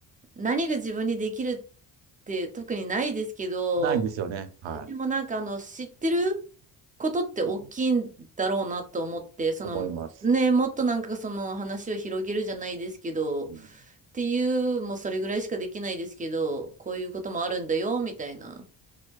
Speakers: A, on the right; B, on the right.
A: 何が自分にできるって特にないですけど、
B: ないんですよね。は
A: でもなんかあの、知ってることって大きいんだろうなと思って、
B: い。うん、
A: その、
B: 思います。
A: ね、もっとなんかその話を広げるじゃないですけど、っ
B: うん、
A: ていう、もうそれぐらいしかできないですけど、こういうこともあるんだよ、みたいな。